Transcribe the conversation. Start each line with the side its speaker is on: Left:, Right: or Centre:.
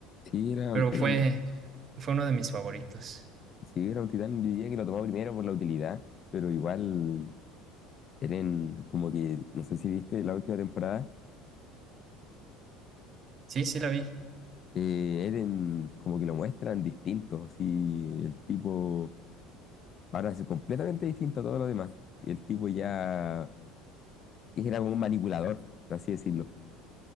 Left: si era,
Right: pero
Left: <clears throat> era-
Right: fue, fue uno de mis favoritos.
Left: si era un titán, yo diría que lo tomó primero por la utilidad, pero igual Eren como que, no sé si viste la última temporada,
Right: Sí, sí la vi.
Left: eh, Eren como que lo muestran distinto, así el tipo Ahora es completamente distinto a todo lo demás. El tipo ya era como un manipulador, por así decirlo.